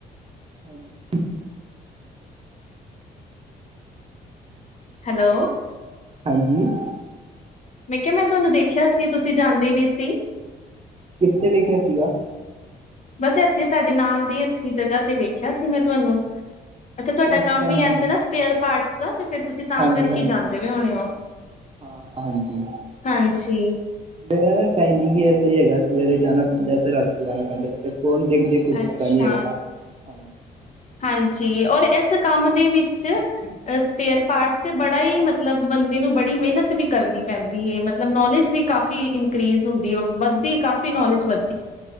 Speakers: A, on the right; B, on the left.
A: ਹਾਂ <inaudible>
B: ਹੈਲੋ
A: ਹਾਂਜੀ। <inaudible>
B: ਮੈਂ ਕਿਹਾ, ਮੈਂ ਤੁਹਾਨੂੰ ਦੇਖਿਆ ਸੀ। ਤੁਸੀਂ ਜਾਂਦੇ ਵੀ ਸੀ।
A: ਕਿੱਥੇ ਵੇਖਿਆ ਸੀਗਾ?
B: ਬਸ, ਇੱਥੇ ਸਾਡੇ ਨਾਲ ਦੀ ਇੱਥੀ ਜਗ੍ਹਾ ਤੇ ਵੇਖਿਆ ਸੀ ਮੈਂ ਤੁਹਾਨੂੰ। ਅੱਛਾ, ਤੁਹਾਡਾ
A: ਅੱਛਾ
B: ਕੰਮ ਹੀ ਐਸ
A: ਹਾਂਜੀ
B: ਨਾ, ਸਪੇਅਰ ਪਾਰਟਸ। ਦਾ ਤੇ ਫਿਰ ਤੁਸੀਂ ਤਾਂ
A: ਹਾਂਜੀ
B: ਕਰਕੇ
A: ਹਾਂਜੀ
B: ਜਾਂਦੇ ਵੀ ਹੋਣੇ ਹੋ,
A: ਹਾਂ ਹਾਂ ਹਾਂਜੀ
B: ਹਾਂਜੀ।
A: ਮੇਰਾ ਨਾ, ਟਾਈਮਿੰਗ ਹੀ ਹੈ, ਸਹੀ ਹੈਗਾ। ਸਵੇਰੇ ਜਾਣਾ ਪੈਂਦਾ ਤੇ ਰਾਤੀ ਆਣਾ ਪੈਂਦਾ ਫ ਫੌਨ ਦੇਖਦੇ, ਕੁਛ
B: ਅੱਛਾ
A: ਪਤਾ ਨੀ ਹੈਗਾ ਨਾ, ਹਾਂ।
B: ਹਾਂਜੀ, ਔਰ ਇਸ ਕੰਮ ਦੇ ਵਿੱਚ, ਸਪੇਅਰ ਪਾਰਟਸ ਤੇ, ਬੜਾ ਹੀ ਮਤਲਬ ਬੰਦੇ ਨੂੰ ਬੜੀ ਮਿਹਨਤ ਵੀ ਕਰਨੀ ਪੈਂਦੀ ਹੈ, ਮਤਲਬ ਨੌਲੇਜ ਵੀ। ਕਾਫ਼ੀ ਇਨਕਰੀਜ਼
A: ਹਾਂਜੀ
B: ਹੁੰਦੀ ਆ, ਵ ਦੀ, ਕਾਫ਼ੀ ਨੌਲੇਜ ਵੱਧ